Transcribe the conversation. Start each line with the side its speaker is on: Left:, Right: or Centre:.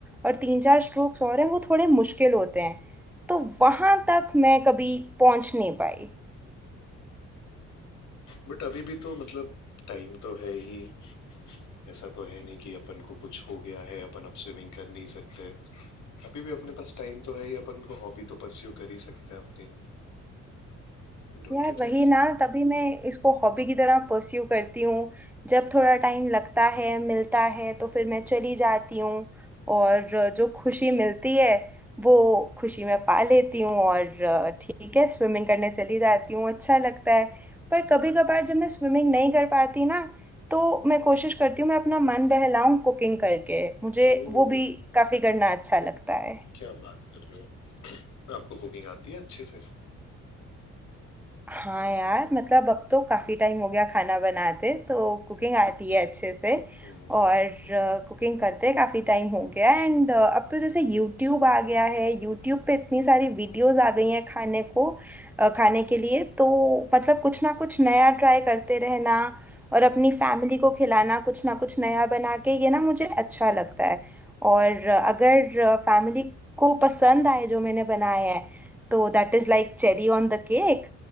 Centre: और तीन चार स्ट्रोक्स और हैं वो थोड़े मुश्किल होते हैं तो वहां तक मैं कभी पहुंच नहीं पाई
Left: बट अभी भी तो मतलब टाइम तो है ही ऐसा तो है नहीं कि अपन को कुछ हो गया है अपन अब स्विमिंग कर नहीं सकते अभी भी अपने पास टाइम तो है ही अपन को हॉबी तो परस्यू कर ही सकते हैं अपनी Don't
Centre: यार
Left: you think
Centre: वही ना तभी मैं इसको हॉबी की तरह परस्यू करती हूँ जब थोड़ा टाइम लगता है मिलता है तो फिर मैं चली जाती हूँ और जो खुशी मिलती है वो खुशी मैं पा लेती हूँ और ठीक है स्विमिंग करने चली जाती हूँ अच्छा लगता है पर कभी कभार जब मैं स्विमिंग नहीं कर पाती ना तो मैं कोशिश करती हूँ मैं अपना मन बहलाऊं कुकिंग करके मुझे
Left: ओह
Centre: वो भी काफ़ी करना अच्छा लगता है
Left: क्या बात कर रहे हो आपको कुकिंग आती है अच्छे से
Centre: हाँ यार मतलब अब तो काफी टाइम हो गया खाना बनाते तो कुकिंग आती है अच्छे से
Left: हम्म
Centre: और कुकिंग करते काफी टाइम हो गया एंड अब तो जैसे यूट्यूब आ गया है यूट्यूब पे इतनी सारी वीडियोस आ गई हैं खाने को अ, खाने के लिए तो मतलब कुछ ना कुछ नया ट्राई करते रहना और अपनी फैमिली को खिलाना कुछ ना कुछ नया बना के ये ना मुझे अच्छा लगता है और अ, अगर फैमिली को पसंद आए जो मैंने बनाया है तो that is like cherry on the cake